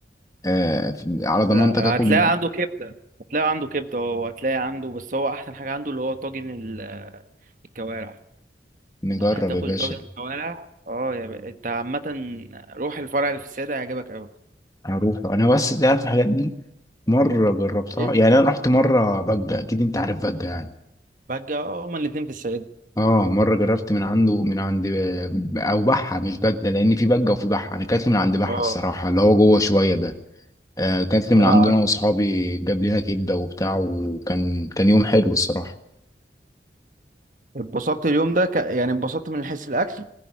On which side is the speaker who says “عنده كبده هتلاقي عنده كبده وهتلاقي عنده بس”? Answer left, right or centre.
Right